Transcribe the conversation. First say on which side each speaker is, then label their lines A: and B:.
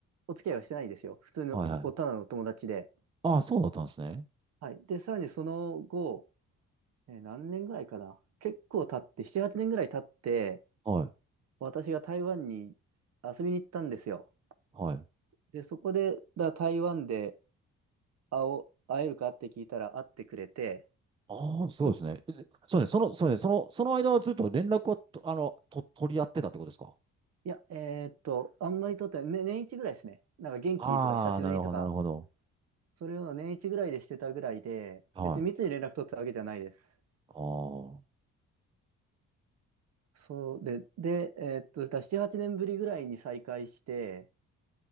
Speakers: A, on the right; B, on the right.
A: お付き合いはしてないですよ。普通の、
B: はいはい。
A: おただのお友達で。
B: ああ、そうだったんですね。
A: はい。で、さらにその後、えー何年ぐらいかな。結構経って、7、8年ぐらい経って、
B: はい。
A: 私が台湾に遊びに行ったんですよ。
B: はい。
A: で、そこで、だ台湾で、会おう、会えるかって聞いたら会ってくれて、
B: ああ、そうですね。
A: そこ
B: えでそうですね。その、そうですね。その、その間はずっと連絡をと、あの、と、取り合ってたってことですか
A: いや、えーっと、あんまりとってない、ね、年一ぐらいですね。なんか元気とか久しぶりとか、
B: ああ、なるほど、なるほど。
A: それを年一ぐらいでしてたぐらいで、
B: はい。
A: 別に密に連絡取ってたわけじゃないです。
B: ああ。
A: そうで、で、えーっと、だから7、8年ぶりぐらいに再会して、